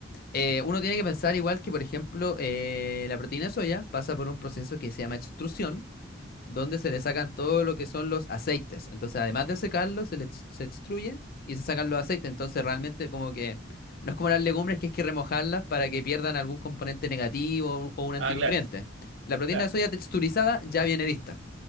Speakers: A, on the left; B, on the right.
A: Eh, uno tiene que pensar igual que, por ejemplo, eh, la proteína de soya pasa por un proceso que se llama extrusión, donde se le sacan todo lo que son los aceites. Entonces, además de secarlos se les se extruye y se sacan los aceites. Entonces, realmente como que no es como las legumbres que es que remojarlas para que pierdan algún componente negativo o un antinutriente.
B: ah, claro,
A: La proteína
B: claro.
A: de soya texturizada ya viene lista.